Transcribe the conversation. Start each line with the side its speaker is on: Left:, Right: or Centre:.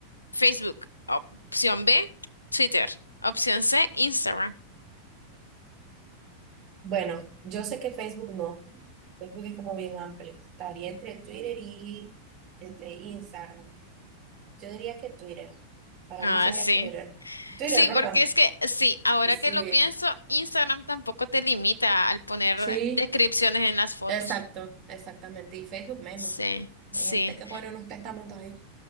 Left: Facebook. Opción B, Twitter. Opción C, Instagram.
Right: Bueno, yo sé que Facebook no. Facebook es como bien amplio. Estaría entre Twitter y entre Instagram. Yo diría que Twitter. Para
Left: Ah,
Right: mí sería
Left: sí.
Right: Twitter. Twitter,
Left: Sí,
Right: ¿verdad?
Left: porque es que sí, ahora
Right: Sí,
Left: que lo pienso, Instagram tampoco te limita al poner
Right: sí.
Left: descripciones en las fotos.
Right: Exacto, exactamente. Y Facebook menos.
Left: Sí, sí,
Right: Hay gente que pone unos testamentos ahí.